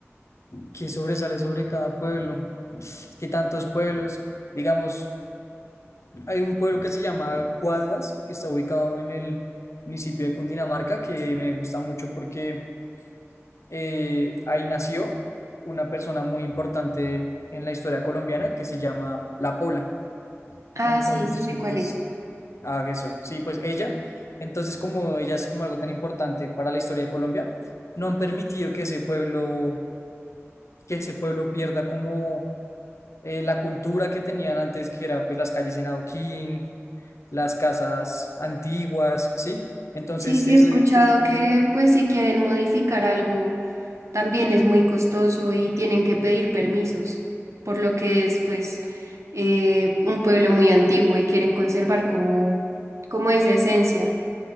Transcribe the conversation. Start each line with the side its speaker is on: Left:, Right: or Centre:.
Left: qué sobresale sobre cada pueblo, qué tantos pueblos, digamos, hay un pueblo que se llama Cuaduas, que está ubicado en el municipio de Cundinamarca, que me gusta mucho porque eh, ahí nació una persona muy importante en la historia colombiana que se llama La Pola.
Right: Ah,
Left: Entonces,
Right: sí, sí sé cuál es.
Left: ah, eso, sí, pues ella. Entonces, como ella es como algo tan importante para la historia de Colombia, no han permitido que ese pueblo, que ese pueblo pierda como eh, la cultura que tenían antes, que era pues las calles en adoquín, las casas antiguas, ¿sí? Entonces,
Right: Sí, sí
Left: ese,
Right: he escuchado
Left: ese pueblo
Right: que, pues, si quieren modificar algo, también es muy costoso y tienen que pedir permisos, por lo que es, pues, eh, un pueblo muy antiguo y quieren conservar como, como esa esencia.